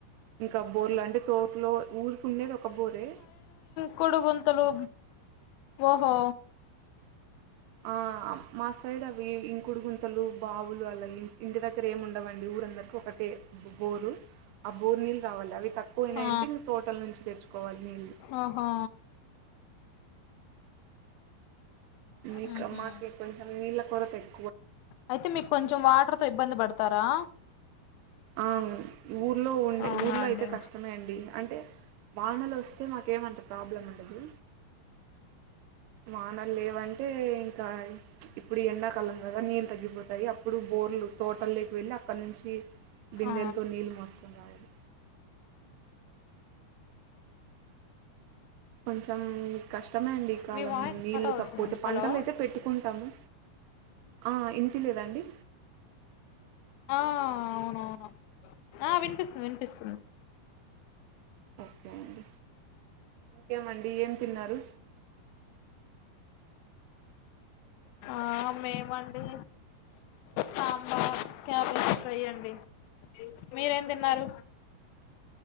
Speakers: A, on the right; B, on the left.
A: ఇంకా బోర్లు అంటే తోపులో ఊరికి ఉండేది ఒక బోరే
B: కుడు గుంతలు ఓహో
A: ఆ మా సైడ్ అవి ఇంకుడు గుంతలు బావులు అలయి ఇంటి దగ్గర ఏమి ఉండవండి ఊరందరికి ఒక తె బొ బోరు అబొర్నిల్ రావాలె అవి తక్కువయినాయంటే
B: ఆ
A: ఇం తోటల్ నుంచి తెచ్చుకోవాలి నీళ్ళు
B: ఓహో
A: మీకు
B: మ్హూ.
A: మాకి కొంచెం నీళ్ళ కొరతెక్
B: అయితే మీకు కొంచెం వాటర్ తో ఇబ్బంది పడతారా.
A: ఆ ఊర్లో ఉండే
B: అవునా
A: ఊర్లో
B: అండి
A: అయితే కష్టమే అండి అంటే వానలు వస్తే మాకేమంత ప్రాబ్లం ఉండదు. వానలు లేవంటే ఇంకా ప్చ్ ఇప్పుడు ఎండాకాలం కదా నీళ్ళు తగ్గిపోతాయి, అప్పుడు బోర్లు తోటల్లేకి వెళ్ళి అక్కన్నించి బిందెలతో
B: ఆ
A: నీళ్ళు మోస్కొని రావాలి. కొంచెం కష్ ట్టమే అండి ఈ కాలం
B: మీ వాయిస్
A: నీళ్ళు
B: కట్ అవుతుంది
A: తక్కువుతె పంటలు
B: హలో
A: అయితే పెట్టుకుంటాము. ఆ ఇనిపిలేదండి.
B: ఆ అవునవును ఆ వినిపిస్సుంది వినిపిస్సుంన్
A: ఓకే అండి ఇంకేమండి ఏం తిన్నారు.
B: ఆ మేమండి సాంబార్ క్యాపేస్ ఫ్రై అండి, మీరేం తిన్నారు.